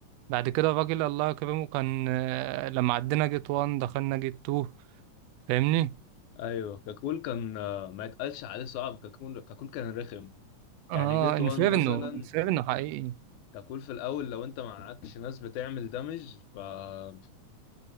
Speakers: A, on the right; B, on the left.
A: بعد كده الراجل الله يكرمه كان آه، لما عدينا جيت 1 دخلنا جيت 2 فاهمني
B: ايوه كاكول كان آه، ما يتقالش عليه صعب كاكول كاكول كان رخم يعني
A: اه
B: جيت
A: انفيرنو
B: وان مثلا
A: انفيرنو حقيقي
B: ككول في الاول لو انت معكش ناس بتعمل دمج فمش